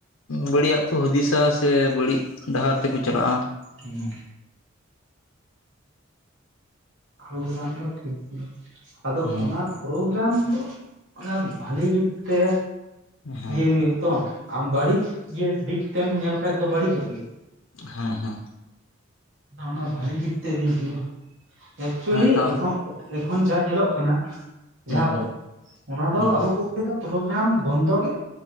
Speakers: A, on the left (about 75°); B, on the right (about 60°).
A: ᱵᱟᱹᱲᱤᱡᱟᱜ ᱠᱚ ᱦᱩᱫᱤᱥᱟ ᱥᱮ ᱵᱟᱲᱤᱡᱽ ᱰᱟᱦᱟᱨ ᱛᱮᱠᱚ ᱪᱟᱞᱟᱜᱼᱟ ᱾
B: ᱦᱮᱸᱼᱼ ᱯᱨᱳᱜᱽᱨᱟᱢ ᱫᱚ ᱴᱷᱤᱠ ᱜᱮᱭᱟ ᱟᱫᱚ
A: ᱦᱩᱸ
B: ᱚᱱᱟᱼᱼ ᱯᱨᱳᱜᱽᱨᱟᱢ ᱫᱚ ᱚᱱᱟ ᱵᱷᱟᱞᱤ ᱡᱩᱛ ᱛᱮ
A: ᱦᱮᱸ ᱦᱮᱸ
B: ᱤᱭᱟᱹ ᱦᱩᱭᱩᱜ ᱼᱼ ᱛᱚ ᱟᱢ ᱵᱟᱹᱲᱤᱡᱽ ᱫᱟᱜᱽ ᱛᱮᱢ ᱧᱮᱞ ᱠᱷᱟᱱ ᱫᱚ ᱵᱟᱹᱲᱤᱡᱚᱜᱼᱜᱮᱭᱟ ᱾
A: ᱦᱮᱸ ᱦᱮᱸᱼᱼ
B: ᱚᱱᱟ ᱵᱷᱟᱹᱞᱤ ᱫᱤᱠ ᱛᱮ ᱤᱫᱤ ᱦᱩᱭᱩᱜᱼᱟ ᱮᱠᱪᱩᱭᱮᱞᱤ
A: ᱦᱮᱸ ᱛᱚ
B: ᱮᱠᱷᱚᱱᱼᱼ ᱮᱠᱷᱚᱱ ᱡᱟ ᱧᱮᱞᱚᱜ ᱠᱟᱱᱟ
A: ᱦᱩᱸ
B: ᱡᱟᱸᱦᱟ
A: ᱦᱩᱸ
B: ᱫᱚ ᱚᱱᱟ ᱫᱚ
A: ᱦᱩᱸ
B: ᱟᱵᱚ ᱠᱚᱼᱼ <unintelligible> ᱫᱚ ᱯᱨᱳᱜᱽᱨᱟᱢ ᱵᱚᱱᱫᱚ ᱜᱮ